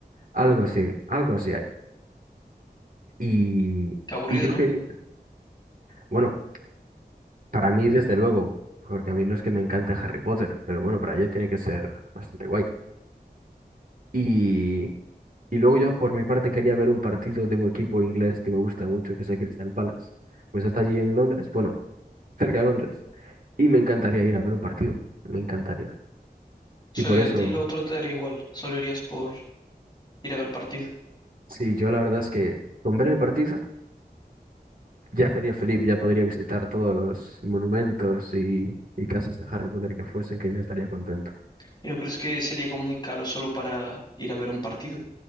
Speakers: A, on the right; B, on the left.
A: Algo así, algo así hay. Y,
B: Qué aburrido,
A: y yo
B: ¿no?
A: quería...
B: O
A: Bueno, para mí desde luego, porque a mí no es que me encante Harry Potter, pero bueno, para ella tiene que ser bastante guay. Y, y luego yo por mi parte quería ver un partido de un equipo inglés que me gusta mucho, que es el Crystal Palace. Pues está allí en Londres, bueno, cerca de Londres. Y me encantaría ir a ver un partido, me encantaría.
B: sea,
A: Y por
B: que
A: eso,
B: a ti lo otro te daría igual. Solo irías por ir a ver el partido.
A: sí, yo la verdad es que con ver el partido ya estaría feliz, ya podría visitar todos los monumentos y, y casas de Harry Potter que fuesen, que ya estaría contento.
B: ¿Y no crees que sería como muy caro solo para ir a ver un partido?